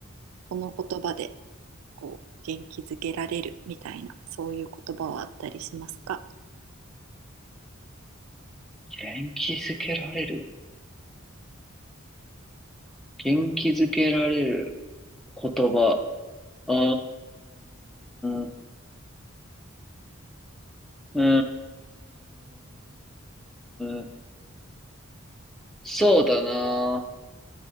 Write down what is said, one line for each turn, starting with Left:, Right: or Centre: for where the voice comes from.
Right: この言葉でこう元気づけられるみたいな、そういう言葉はあったりしますか
Centre: 元気づけられる。元気づけられる言葉。うーん、うーん、そうだな。